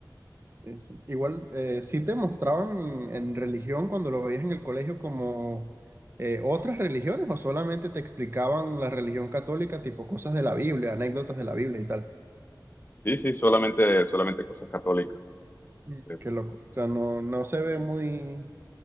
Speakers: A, on the right; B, on the left.
A: Sí, sí. Igual, eh, sí te mostraban en, en religión cuando lo veías en el colegio como eh, otras religiones o solamente te explicaban la religión católica, tipo cosas de la Biblia, anécdotas de la Biblia y tal.
B: Sí, sí, solamente, solamente cosas católicas.
A: Mm,
B: Entonces,
A: Qué loco. O sea, no, no se ve muy